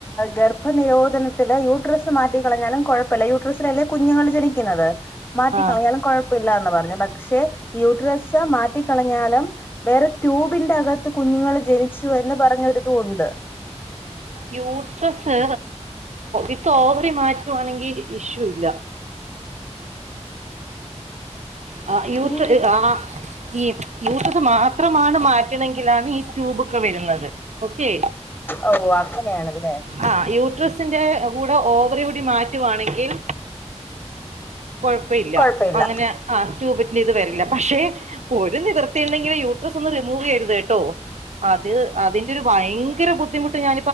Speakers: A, on the left; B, on the right.
A: ഗർ നിരോധനത്തില് യൂട്രസ് മാറ്റിക്കളഞ്ഞാലും കുഴപ്പമില്ല യൂട്രസിലല്ലേ കുഞ്ഞുങ്ങൾ ജനിക്കുന്നത് മാറ്റിക്കളഞ്ഞാലും
B: ആ
A: കുഴപ്പില്ലന്ന് പറഞ്ഞു പക്ഷെ യൂട്രസ് മാറ്റിക്കളഞ്ഞാലും വേറെ ട്യൂബിന്റെ അകത്ത് കുഞ്ഞുങ്ങളൾ ജനിച്ചു എന്ന് പറഞ്ഞൊരിതും ഉണ്ട്
B: യൂട്രസ് ഇപ്പ ഓവറി മാറ്റുവാണെങ്കിൽ ഇഷ്യൂ ഇല്ല ആ യൂത്ത്
A: ഈ
B: ആ ഈ യൂട്രസ് മാത്രമാണ് മാറ്റണങ്കിലാണ് ഈ ട്യൂബൊക്കെ വരുന്നത് ഓക്കെ
A: ഓ അങ്ങനെയാണല്ലേ
B: ആ യൂട്രസിന്റെ കൂടെ ഓവറി കൂടി മാറ്റുവാണെങ്കിൽ കൊഴപ്പ ഇല്ല
A: കൊഴപ്പയില്ല
B: അങ്ങനെ ആ ട്യൂബറ്റന് ഇത് വരില്ല പക്ഷെ ഒരു നിവൃത്തി ഉണ്ടെങ്കിൽ യൂ ട്രസ് ഒന്നും റിമൂവ് ചെയ്യരുത് കേട്ടോ അത് അതി ഭയങ്കര ബുദ്ധിമുട്ട് ഞ